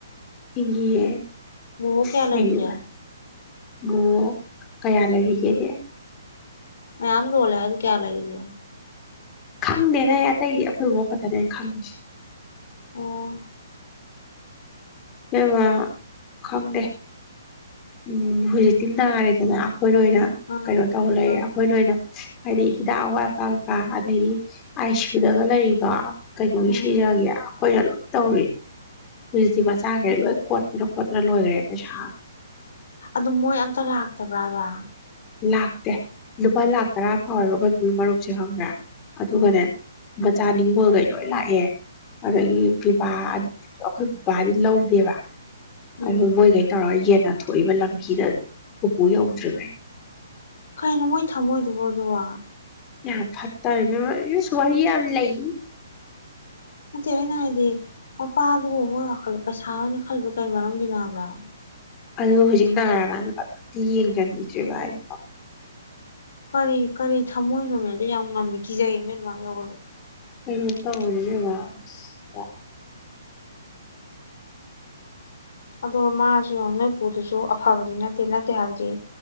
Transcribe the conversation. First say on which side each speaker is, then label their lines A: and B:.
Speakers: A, on the left; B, on the left.
A: ꯍꯤꯡꯉꯤꯌꯦ
B: ꯕꯨꯕꯣꯛ ꯀꯌꯥ
A: ꯁꯤꯒꯤ
B: ꯂꯩꯔꯤꯒꯦ
A: ꯕꯨꯕꯣꯛ ꯀꯌꯥ ꯂꯩꯔꯤꯒꯦꯒꯦ
B: ꯃꯌꯥꯝ ꯂꯣꯜꯂꯦ ꯍꯥꯏꯗꯨ ꯀꯌꯥ ꯂꯩꯔꯤꯒꯦ
A: ꯈꯪꯗꯦꯗ ꯑꯩ ꯑꯩꯇꯩ ꯑꯩꯈꯣꯢ ꯕꯣꯛ ꯈꯡꯇꯅꯦ ꯈꯪꯢꯁꯦ
B: ꯑꯣ
A: ꯕꯦꯝꯃ ꯈꯪꯗꯦ ꯎꯝ ꯍꯧꯖꯤꯛꯇꯤ ꯅꯥꯔꯦꯗꯅ ꯑꯩꯈꯣꯏ ꯑꯣꯏꯅ
B: ꯑꯥ
A: ꯀꯩꯅꯣ ꯇꯧ ꯂꯩꯔꯦ
B: ꯑꯥ
A: ꯑꯩꯈꯣꯏꯅ ꯑꯣꯏꯅ ꯍꯥꯏꯗꯤ ꯍꯤꯗꯥꯛ ꯑꯋꯥꯠ ꯑꯄꯥ ꯀꯩꯀ ꯑꯗꯒꯤ ꯑꯥꯏ ꯁꯤ ꯌꯨꯗꯒ ꯂꯩꯔꯤꯗꯣ ꯀꯩꯅꯣꯒꯤ
B: ꯎꯝ
A: ꯁꯤꯖꯒꯤ ꯑꯈꯣꯏꯅ ꯂꯣꯏ ꯇꯧꯋꯦ ꯍꯨꯖꯤꯛꯗꯤ ꯃꯥ ꯆꯒꯔꯦ
B: ꯎꯝ
A: ꯂꯣꯏ ꯀꯣꯠꯂ ꯈꯣꯠꯇ꯭ꯔꯥ ꯂꯣꯏꯈ꯭ꯔꯦ ꯄꯩꯁꯥ
B: ꯑꯗꯨ ꯃꯣꯏ ꯑꯝꯇ ꯂꯥꯛꯇꯕ꯭ꯔꯥꯕ
A: ꯂꯥꯛꯇꯦ ꯂꯨꯄꯥ ꯂꯥꯛ ꯇꯔꯥ ꯐꯥꯎꯔꯒ ꯑꯗꯨꯒꯤ ꯃꯔꯨꯞꯁꯦ ꯈꯪꯕ꯭ꯔꯥ ꯑꯗꯨꯒꯅꯦ
B: ꯎꯝ
A: ꯃꯆꯥꯅꯤꯉꯣꯜꯈꯩ ꯂꯣꯏ ꯂꯥꯛꯑꯦ ꯑꯗꯨꯗꯒꯤ ꯄꯤꯕꯥ ꯑꯩꯈꯣꯏ ꯕꯕꯥꯗꯤ ꯂꯧꯗꯦꯕ
B: ꯎꯝ
A: ꯑꯗꯨ ꯃꯣꯏ ꯀꯩ ꯇꯧꯔꯒ ꯌꯦꯅ ꯊꯣꯛꯏꯕ ꯂꯝꯕꯤꯗ ꯄꯨꯄꯨ ꯌꯧꯗ꯭ꯔꯤꯕꯅ
B: ꯀꯩꯅꯩꯅꯣ ꯃꯣꯏ ꯊꯝꯃꯣꯏꯗꯨꯕ ꯑꯗꯨꯕꯨ
A: ꯌꯥ ꯐꯠꯇꯔꯦ ꯏꯕꯦꯝꯃ ꯏꯁ ꯋꯥꯔꯤ ꯌꯥꯝ ꯂꯩ
B: ꯅꯠꯇꯦ ꯑꯩꯅ ꯍꯥꯏꯗꯤ ꯃꯄꯥꯗꯨꯕꯨ ꯃꯣꯏ ꯋꯥꯈꯜꯂ ꯄꯩꯁꯥ ꯑꯣꯏꯅ ꯈꯜꯕ ꯀꯩ ꯃꯔꯝꯒꯤꯅꯣ ꯍꯥꯏꯕ
A: ꯑꯗꯣ ꯍꯧꯖꯤꯛ ꯅꯥꯔꯀꯥꯟꯗ ꯀꯅꯥꯝꯇ ꯌꯦꯡꯁꯤꯟꯕꯤꯗ꯭ꯦꯔꯤꯕ ꯍꯥꯏ
B: ꯀꯔꯤ ꯀꯔꯤ ꯊꯝꯃꯣꯏꯅꯣꯃꯦꯗ ꯌꯥꯝ ꯉꯝꯃꯤ ꯀꯤꯖꯩꯃꯦ ꯑꯗꯨꯃꯥꯏꯅ ꯇꯧꯕꯁꯨꯦ
A: ꯀꯩꯅꯣ ꯇꯧꯕꯅꯦ ꯏꯕꯦꯝꯃ ꯏꯁ ꯄꯨꯔ
B: ꯑꯗꯣ ꯃꯥꯁꯨ ꯅꯣꯏ ꯄꯨꯨꯗꯨꯁꯨ ꯑꯐꯕꯗꯤ ꯅꯠꯇꯦ ꯅꯠꯇꯦ ꯍꯥꯏꯕꯗꯤ